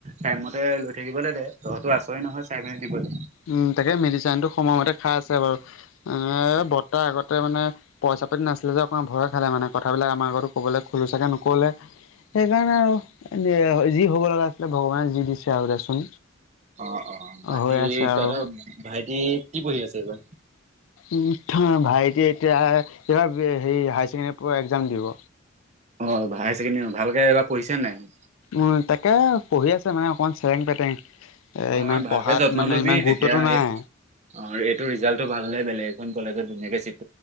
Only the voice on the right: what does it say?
টাইম মতে লৈ থাকিবলে দে। তহঁতো আছই নহয় চাই মেলি দিবলৈ।
অ অ বাকী
তহঁতৰ ভাইটি কি পঢ়ি আছে এইবাৰ?
অ হায়াৰ ছেকেণ্ডেৰী ভালকে এবাৰ পঢ়িছে নে নাই?
অ',
ভালকে
যত্ন
ল'বি
তেতিয়া
এ অ এইটো ৰিজাল্টটো ভাল নে বেলেগ এইখন কলেজত ধুনীয়াকে চিত